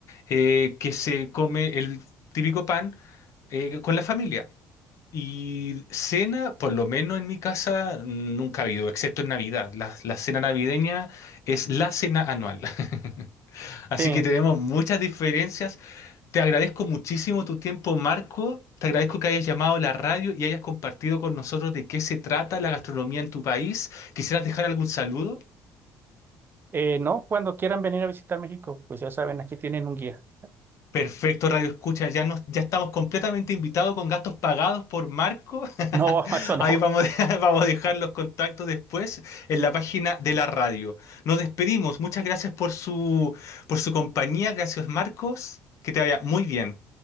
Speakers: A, on the left; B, on the right.
A: eh, que se come el típico pan eh, con la familia. Y cena, por lo menos en mi casa, nunca ha habido, excepto en Navidad. La, la cena navideña es la cena anual. <laughs> Así
B: Sí,
A: que tenemos muchas diferencias. Te agradezco muchísimo tu tiempo, Marco. Te agradezco que hayas llamado a la radio y hayas compartido con nosotros de qué se trata la gastronomía en tu país. ¿Quisieras dejar algún saludo?
B: Eh, no, cuando quieran venir a visitar México, pues ya saben, aquí tienen un guía.
A: Perfecto, Radio Escucha. Ya, nos, ya estamos completamente invitados con gastos pagados por Marco. <laughs>
B: No, <laughs> eso no.
A: Ahí vamos, <laughs> vamos a dejar los contactos después en la página de la radio. Nos despedimos. Muchas gracias por su, por su compañía. Gracias, Marcos. Que te vaya muy bien.